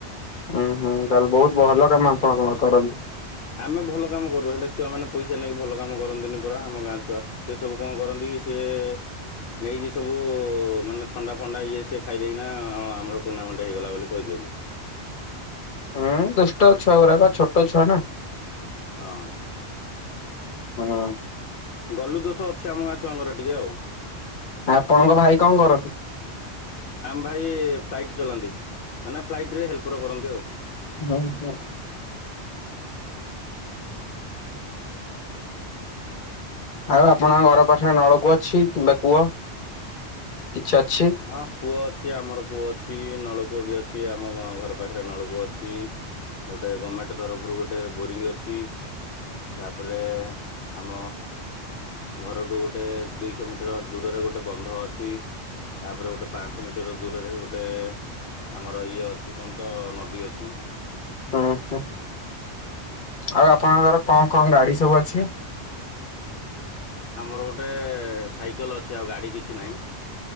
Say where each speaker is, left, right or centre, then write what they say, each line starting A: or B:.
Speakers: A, on the left; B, on the left.
A: ହୁଁ ହୁଁ ତାହଲେ ବହୁତ ଭଲ କାମ ଆପଣ କଣ କରନ୍ତ
B: ଆମେ ଭଲ କାମ କରୁ ହେଲେ ଛୁଆ ମାନେ ପଇସା ନେଇକି ଭଲ କାମ କରନ୍ତିନି ପରା ଆମ ଗାଁ ଛୁଆ ସେ ସବୁ କଣ କରନ୍ତି କି ସିଏ ନେଇକି ସବୁ ମାନେ ଥଣ୍ଡା ଫଣ୍ଡା ଇଏ ସିଏ ଖାଇଦେଇକିନା ହଁ ଆମର ଟୁର୍ଣାମେଣ୍ଟ ହେଇଗଲା ବୋଲି କହିଦିଅ <unintelligible>
A: ହୁଁ ଦୁଷ୍ଟ ଛୁଆ ଉରାକ ଛୋଟ ଛୁଆ ନା।
B: ହଁ।
A: ହୁଁ।
B: ଗଲୁ ଦୋଷ ଅଛି ଆମ ଗାଁ ଛୁଆଙ୍କର ଟିକେ ଆଉ।
A: ଆପଣଙ୍କ ଭାଇ କଣ କରନ୍ତି?
B: ଆମ ଭାଇ ଫ୍ଲାଇଟ୍ ଚଲାନ୍ତି ମାନେ ଫ୍ଲାଇଟ୍ ରେ ହେଲ୍ପର କରନ୍ତି ଆଉ।
A: ବୋହୁତୁ। ଆଉ ଆପଣଙ୍କ ଘର କତିରେ ନଳକୂଅ ଅଛି କିମ୍ବା କୂଅ? କିଛି ଅଛି?
B: ହଁ କୂଅ ଅଛି ଆମର କୂଅ ଅଛି ନଳ କୂଅ ବିି ଅଛି ଆମ ଘର ପାଖରେ ନଳକୂଅ ଅଛି। ଗୋଟେ ଗମେଣ୍ଟ ତରଫରୁ ଗୋଟେ ବୋରିଙ୍ଗ ଅଛି। ତାପରେ ଆମ ଘରଠୁ ଗୋଟେ ଦୁଇଶହ ମିଟର ଦୂରରେ ଗୋଟେ ବନ୍ଧ ଅଛି। ତାପରେ ଗୋଟେ ପାଁସ ମିଟର ଦୂରରେ ଗୋଟେ ଆମର ଇଏ ଅଛି କଣ ତ ନଦୀ ଅଛି।
A: ଉଁ ହୁଁ। ଆଉ ଆପଣଙ୍କର କଣ କଣ ଗାଡି ସବୁ ଅଛି?
B: ଆମର ଗୋଟେ ସାଇକେଲ ଅଛି ଆଉ ଗାଡି କିଛି ନାହିଁ।